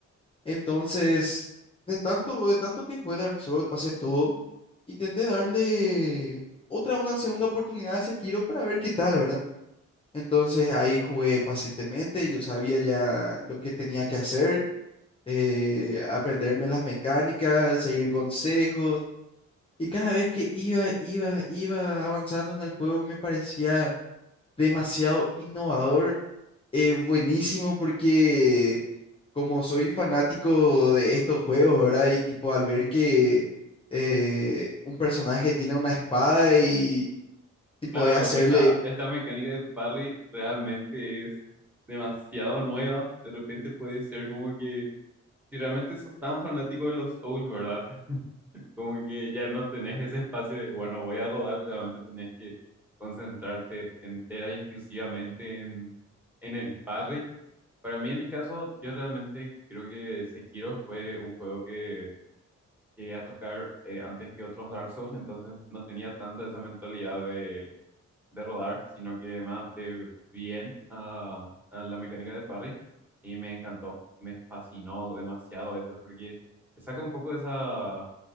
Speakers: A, on the left; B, in the centre.
A: Entonces, de tanto, de tanto que jugué Dark Souls, pasé todo, intenté darle otra, una segunda oportunidad a Sekiro para ver qué tal, ¿verdad? Entonces ahí jugué pacientemente, yo sabía ya lo que tenía que hacer, eh, aprenderme las mecánicas, seguir consejos, y cada vez que iba, iba, iba avanzando en el juego me parecía demasiado innovador eh, buenísimo porque como soy fanático de estos juegos, ¿verdad? Y tipo al ver que eh, un personaje tiene una espada y tipo
B: Claro,
A: de hacerle...
B: esta, esta mecánica de parry realmente es demasiado nueva. De repente puede ser como que si realmente sos tan fanático de los Souls, ¿verdad? <laughs> Como que ya no tenés ese espacio de, bueno, voy a rodar, realmente tenés que concentrarte entera y exclusivamente en, en el parry. Para mí, en mi caso, yo realmente creo que Sekiro fue un juego que llegué a tocar eh, antes que otros Dark Souls, entonces no tenía tanto esa mentalidad de, de rodar, sino que me adapté bien a, a la mecánica de parry y me encantó, me fascinó demasiado eso, porque te saca un poco de esa